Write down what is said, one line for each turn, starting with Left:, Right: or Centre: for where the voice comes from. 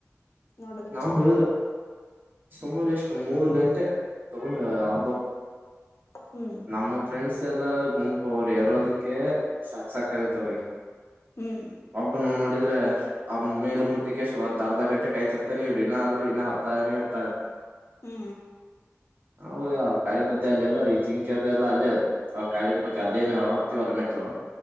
Left: ನೋಡೋದಕ್
Right: ನಾವು
Left: ಚೆನ್ನಾಗಿರ
Right: ಹೊದಿದು ಸುಮ ವೇಸ್ಟ್ಸು ಮೂರು ಗಂಟೆ ತಗೊಂಡು ಹ
Left: ಹ್ಮ್
Right: ನಮ್ಮ ಫ್ರೆಂಡ್ಸ್ ಎಲ್ಲ ಗುಂಪು ಅವರು ಎರೋದಕ್ಕೆ ಸಾಕ್ ಸಾಕ ಆಗುತ್ತ ಅವರಿಗೆ
Left: ಹ್ಮ್
Right: ಒಬ್ಬನು ನೋಡಿದ್ರೆ ಆ ಮೇಲೆ ಮುಟ್ಟಿ ಕೇಶಿ ಒಂದು ಅರ್ಧ ಗಂಟೆ ಕಾಯ್ತಿರ್ತಾನೆ ಇವರು ಇನ್ನಾದ್ರು ಇನ್ನೂ ಹತ್ತನೇ ಇರ್ತಾರೆ
Left: ಹ್ಮ್
Right: ಹೌದು ಅದು <unintelligible> ಮತ್ತ ಅಲಿ ಎಲ್ಲಾ ಹಕಿ ಅದು ಎಲ್ಲಾ ಅಲ್ಲೇ ಕಾಡಿನ ಪಕ್ಕ ಅಲ್ಲಿ ಏನ್ ಹತೀವಲ್ಲ ಮೆಟ್ಲು